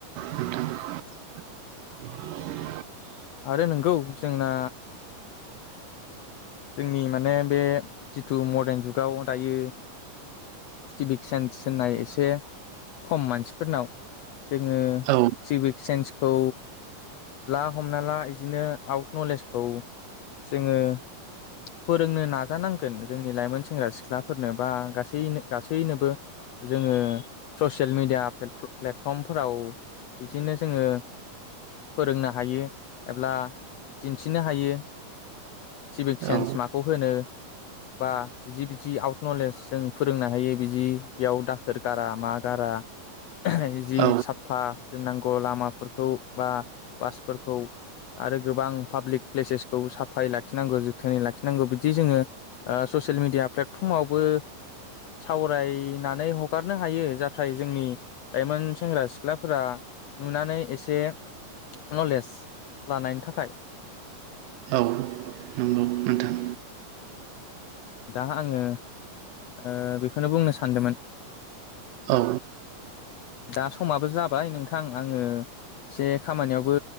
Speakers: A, on the right; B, on the left.
A: नोंथां <inaudible>
B: आरो नंगौ जोंना जोंनि माने बे जिथु मडार्न जुगाव दायो सिभिक सेन्स होननाय एसे खम मानसिफोरनाव जोङो
A: औ
B: सिभिक सेन्स खौ ला हमना ला बिदिनो आउट नलेजखौ जोङो फोरोंनो नाजानांगोन जोंनि लाइमोन सेंग्रा सिख्लाफोरनो बा गासैनो गासैनोबो। जोङो ससियेल मिडिया प्लेटफर्मफोराव बिदिनो जोङो फोरोंनो हायो एब्ला दिन्थिनो हायो। सिभिक सेन्स
A: औ
B: माखौ होनो? बा बिदि बिदि आउट नलेज जों फोरोंनो हायो बिदि बेयाव दाखोर गारा मा गारा ओहो जि
A: औ
B: साफा दोननांगौ लामाफोरखौ बा बासफोरखौ आरो गोबां पाब्लिक प्लेसेसखौ साफाय लाखि लाखिनांगौ जोथोनै लाखिनांगौ बिदि जोङो ओ ससियेल मिडिया प्लेटफर्मावबो सावरायनानै हगारनो हायो जाथाय जोंनि लाइमोन सेंग्रा सिख्लाफोरा नुनानै एसे नलेज लानायनि थाखाय।
A: औ नंगौ नोंथां।
B: दा आङो ओ बेखौनो बुंनो सानदोंमोन।
A: औ
B: दा समाबो जाबाय नोंथां आङो एसे खामानियावबो